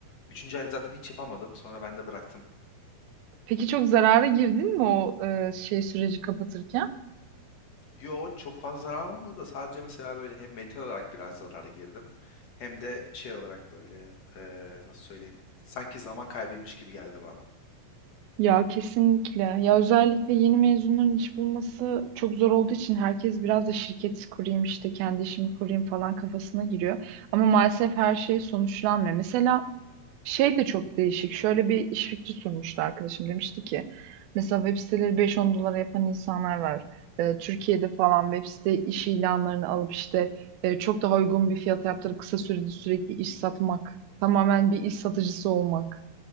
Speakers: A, on the left; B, on the right.
A: Üçüncü ay zaten hiç yapamadım. Sonra ben de bıraktım.
B: Peki çok zarara girdin mi o e, şey süreci kapatırken?
A: Yo çok fazla zarar olmadı da sadece mesela böyle hem mental olarak biraz zarara girdim hem de şey olarak böyle eee, nasıl söyleyeyim sanki zaman kaybıymış gibi geldi bana.
B: Ya kesinlikle. Ya özellikle yeni mezunların iş bulması çok zor olduğu için herkes biraz da şirket kurayım işte kendi işimi kurayım falan kafasına giriyor. Ama maalesef her şey sonuçlanmıyor. Mesela Şey de çok değişik. Şöyle bir iş fikri sunmuştu arkadaşım. Demişti ki mesela web siteleri 5-10 dolara yapan insanlar var. Ee, Türkiye'de falan web site iş ilanlarını alıp işte e, çok daha uygun bir fiyata yaptırıp kısa sürede sürekli iş satmak. Tamamen bir iş satıcısı olmak